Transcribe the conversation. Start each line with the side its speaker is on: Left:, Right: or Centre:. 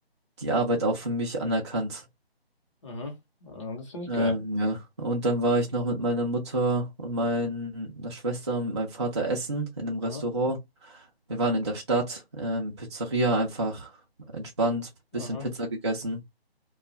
Right: die Arbeit auch für mich anerkannt.
Left: Mhm. Ja, Das finde ich
Right: Ähm,
Left: geil.
Right: ja. Und dann war ich noch mit meiner Mutter und meiner Schwester und meinem Vater essen in einem Restaurant.
Left: Mhm.
Right: Wir waren in der Stadt, ähm, Pizzeria einfach entspannt,
Left: Mhm.
Right: bisschen Pizza gegessen.